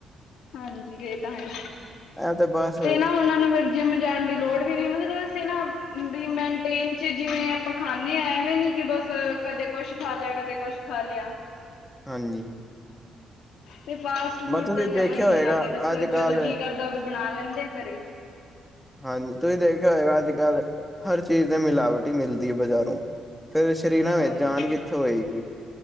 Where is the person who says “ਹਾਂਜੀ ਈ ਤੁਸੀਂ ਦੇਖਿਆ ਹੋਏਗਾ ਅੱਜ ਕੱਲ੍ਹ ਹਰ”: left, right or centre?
Centre